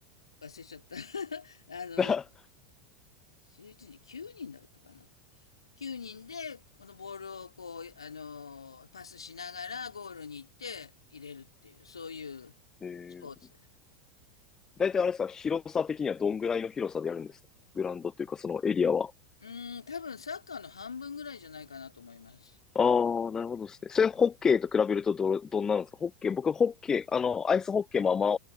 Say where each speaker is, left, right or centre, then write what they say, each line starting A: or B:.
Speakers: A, on the left; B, on the left.
A: 忘れちゃった。<laughs> あの、
B: だ
A: 11人、9人だったかな。9人で、このボールをこう、あのーパスしながらゴールに行って入れるっていう、そういう
B: えー、
A: スポーツです。
B: 大体あれですか、広さ的にはどんぐらいの広さでやるんですかグラウンドっていうか、そのエリアは。
A: うーん、多分サッカーの半分ぐらいじゃないかなと思います。
B: ああ、なるほどですね。それホッケーと比べるとど、どんなんですかホッケー、僕ホッケー、あの、アイスホッケーもあんま